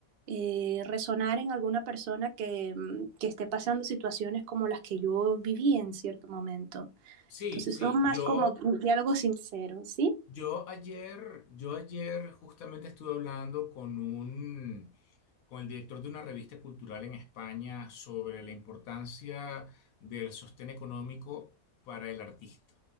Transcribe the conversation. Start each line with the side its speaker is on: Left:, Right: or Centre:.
Right: eh, resonar en alguna persona que, mm, que, esté pasando situaciones como las que yo viví en cierto momento.
Left: Sí,
Right: Entonces
Left: sí.
Right: son más
Left: Yo,
Right: como diálogos sinceros, ¿sí?
Left: yo ayer, yo ayer justamente estuve hablando con un con el director de una revista cultural en España sobre la importancia del sostén económico para el artista.